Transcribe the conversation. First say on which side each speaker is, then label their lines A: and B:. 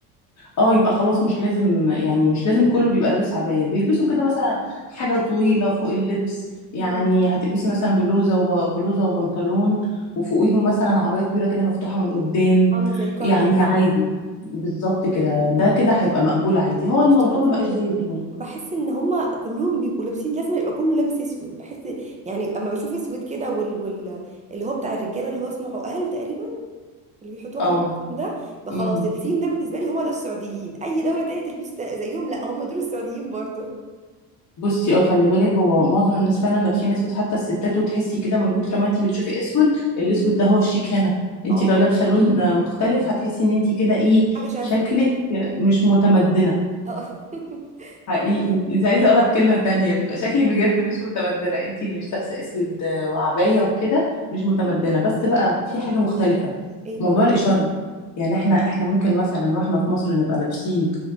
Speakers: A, on the left; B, on the right.
A: اه يبقى خلاص مش لازم يعني مش لازم كله بيبقى لابس عباية بيلبسوا كده مثلا حاجة طويلة فوق اللبس يعني
B: مم.
A: هتلبسي مثلا بلوزة وبلوزة وبنطلون وفوقيهم مثلا عباية طويلة كده مفتوحة من قدام
B: عامل زي الكارديو
A: يعني
B: كده
A: عادي بالظبط كده
B: مم.
A: ده كده هيبقى مقبول عادي هو الموضوع
B: مش عارفه
A: ما بقاش زي زمان
B: بحس ان هما كلهم بيبقوا لابسين لازم يبقى كله لابس اسود بحس يعني اما بشوف اسود كده وال... وال... اللي هو بتاع الرجاله اللي هو اسمه عقال تقريبا اللي بيحطوه على
A: اه
B: راسهم ده بقى
A: مهم.
B: خلاص السيم ده بالنسبه لي هما ده السعوديين اي دوله تانية تلبس ت- زيهم لا هما دول السعوديين برضو
A: بصي اه خلي بالك هو معظم الناس فعلا لابسين اسود حتى الستات وتحسي كده من كتر ما انتي بتشوفي اسود الاسود
B: مم.
A: ده هو الشيك هنا انتي
B: اه
A: لو لابسه لون مختلف هتحسي ان انتي كده ايه
B: حاجه شاذه
A: شكلك مش متمدنه
B: اه <laughs>
A: حقيقي
B: لا،
A: اذا
B: بجد
A: عايزه اقولها بكلمه تانية بيبقى شكلك بجد مش متمدنه انتي اللي مش لابسه اسود وعبايه وكده مش متمدنه
B: آه.
A: بس بقى في حاجه مختلفه
B: ايه
A: موضوع
B: بقى
A: الاشاره يعني احنا احنا ممكن مثلا واحنا في مصر نبقى لابسين